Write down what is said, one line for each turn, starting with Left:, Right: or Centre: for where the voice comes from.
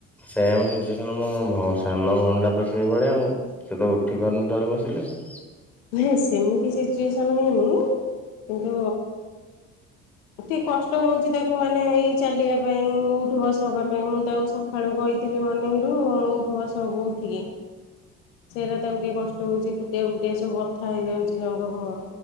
Centre: ସେମ୍ ଇଂଞ୍ଜେସ୍କନ ମୁଁ ସାନ ଭଉଣି ତ ସେଇଭଳିଆ ଆଉ ସେ ତ ଉଠି ପାରୁନି ତଳେ ବସିଲେ। ହୁଁ।
Left: ନାଇଁ ସେମିତି ସିଚୁଏସନ୍ ହେଇନି କିନ୍ତୁ ଠିକ୍ କଷ୍ଟ ହଉଛି ତାକୁ ମାନେ ଏଇ ଚାଲିବା ପାଇଁ ଉଠ ବସ ହେବା ପାଇଁ ମୁଁ ତାକୁ ସକାଳୁ କହିଥିଲି ମର୍ଣ୍ଣିଂ ରୁ ଉଠୁ ସବ ହବୁ ଉଠିକି। ସେଇଟା ତାକୁ ଟିକେ କଷ୍ଟ ହଉଛି ଫୁଟିଆ ଫୁଟିଆ ସବୁ ବଥା ହେଇଯାଉଛି ଜଙ୍ଗ ଫଙ୍ଗ।